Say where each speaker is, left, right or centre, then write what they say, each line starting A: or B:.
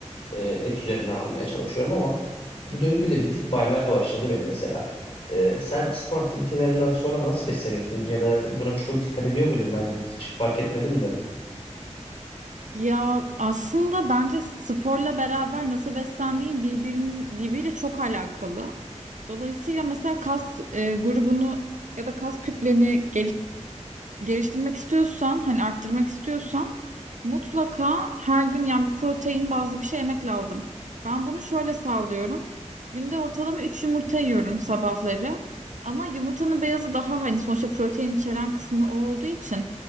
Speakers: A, on the left (about 45°); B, on the right (about 80°).
A: e, et üzerinden almaya çalışıyorum ama bu döngü de bir tık baymaya başladı beni mesela. E, sen spor aktivitelerinden sonra nasıl besleniyorsun? Ya da buna çok dikkat ediyor muydun? Ben hiç fark etmedim de.
B: Ya aslında bence sporla beraber nasıl beslendiğin birbirinin birbiriyle çok alakalı. Dolayısıyla mesela kas e, grubunu ya da kas kütleni geliştirmek istiyorsan, hani arttırmak istiyorsan mutlaka her gün yani bir protein bazlı bir şey yemek lazım. Ben bunu şöyle sağlıyorum. Günde ortalama 3 yumurta yiyorum sabahları. Ama yumurtanın beyazı daha hani sonuçta protein içeren kısmı o olduğu için